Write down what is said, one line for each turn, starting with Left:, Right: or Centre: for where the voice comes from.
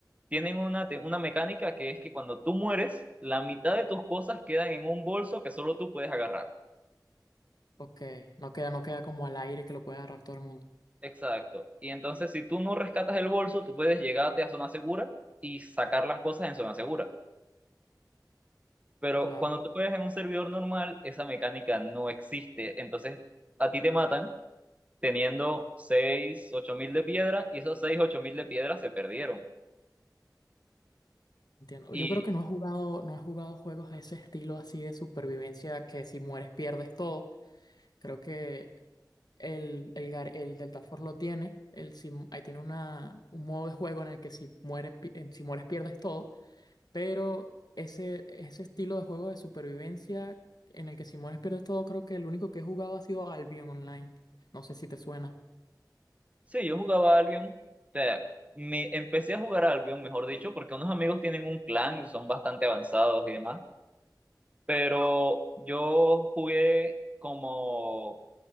Right: tienen una, te- una mecánica que es que cuando tú mueres, la mitad de tus cosas quedan en un bolso que solo tú puedes agarrar.
Left: Ok, no queda, no queda como al aire que lo puede agarrar todo el mundo.
Right: Exacto. Y entonces si tú no rescatas el bolso, tú puedes llegarte a zona segura y sacar las cosas en zona segura. Pero
Left: Claro,
Right: cuando tú juegas en un servidor normal, esa mecánica no existe. Entonces, a ti te matan teniendo 6 8 mil de piedra y esos 6 8 mil de piedra se perdieron.
Left: entiendo.
Right: Y
Left: Yo creo que no he jugado, no he jugado juegos de ese estilo así de supervivencia que si mueres pierdes todo. Creo que El, el, Gar- el Deltaforce lo tiene, el, si, ahí tiene una, un modo de juego en el que si, mueres pi- eh, si mueres pierdes todo, pero ese, ese estilo de juego de supervivencia en el que si mueres pierdes todo, creo que el único que he jugado ha sido Albion Online. No sé si te suena.
Right: sí, yo jugaba Albion. O sea, me empecé a jugar Albion, mejor dicho, porque unos amigos tienen un clan, son bastante avanzados y demás. Pero yo jugué como,